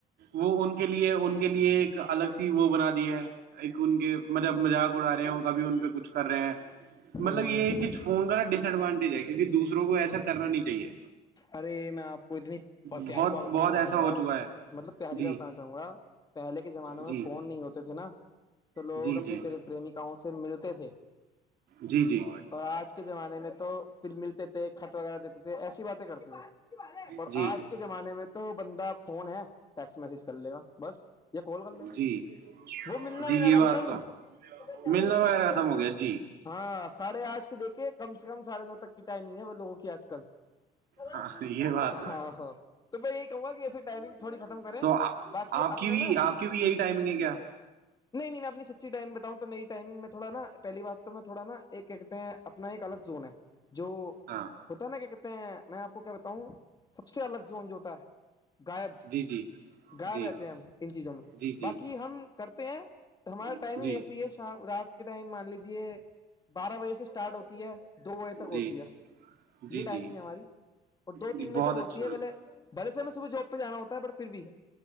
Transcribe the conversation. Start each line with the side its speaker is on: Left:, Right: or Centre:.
Right: وہ ان کے لیے ان کے لیے ایک الگ سی وہ بنا دی ہے ایک ان کے مطلب مذاق اڑا رہے ہیں کبھی ان پہ کچھ کر رہے ہیں
Left: ہوں
Right: مطلب یہ کچھ فون کا نا ڈس ایڈوانٹیج ہے کیونکہ دوسروں کو ایسا کرنا نہیں چاہیے
Left: ارے میں آپ کو اتنی
Right: بہت
Left: پیاری بات بتانا
Right: بہت ایسا
Left: چاہوں گا
Right: ہو چکا ہے
Left: مطلب پہلی
Right: جی
Left: بار کہنا چاہوں گا پہلے کے زمانے میں
Right: جی
Left: فون نہیں ہوتے تھے نا تو لوگ
Right: جی
Left: اپنی
Right: جی
Left: پریمکاؤں سے ملتے تھے
Right: جی جی
Left: اور آج کے زمانے میں تو پھر ملتے تھے خط وغیرہ دیتے تھے ایسی بات کرتے تھے اور
Right: جی
Left: آج کے زمانے میں تو بندہ فون ہے ٹیکسٹ میسج کر لے گا بس کال کر لو
Right: جی
Left: وہ ملنا
Right: جی
Left: جانا
Right: یہ بات
Left: ختم
Right: تو
Left: چل
Right: ملنا وغیرہ
Left: کرا
Right: ختم ہو گیا جی
Left: ہاں ساھے آٹھ سے دیکھے کم سے کم سڑھے نو تک کی ٹائمنگ ہے وہ لوگوں کی آج کل
Right: ہاں
Left: ہاں
Right: یہ بات تو ہے
Left: ہاں تو میں یہی کہوں گا کہ ایسی ٹائمنگ تھوڑی ختم کریں
Right: تو
Left: باقی
Right: آپ
Left: اپنا
Right: کی بھی
Left: نا
Right: آپ کی بھی یہی ٹائمنگ ہے کیا
Left: نہیں نہیں میں اپنی سچی ٹائم بتاؤں تو میری ٹائمنگ میں تھوا نا پہلی بات تو میں تھوڑا نا ایک کیا کہتے ہیں اپنا ایک الگ زون ہے جو
Right: ہاں
Left: ہوتا ہے نا کیا کہتے ہیں میں آپ کو کیا بتاؤوں سب سے الگ زون جو ہوتا ہے غائب
Right: جی جی
Left: گغائار
Right: جی
Left: رہتے ہیں ہم ان چیزوں میں
Right: جی
Left: باقی
Right: جی
Left: ہم کرتے ہیں ہمارا
Right: جی
Left: ٹائمنگ ایسی ہے شام رات کے ٹائم مان لیجے بارہ بجے سے اسٹارٹ ہوتی ہے دو بجے تک
Right: جی
Left: ہوتی ہے
Right: جی
Left: یہ
Right: جی
Left: ٹائمنگ ہے ہماری دو
Right: جی
Left: تین
Right: بہت
Left: تک
Right: اچھی
Left: ہوتی ہے
Right: بات
Left: بولے بھلے سےم میں صبح جاب پہ جانا ہوتا ہے بٹ پھر بھی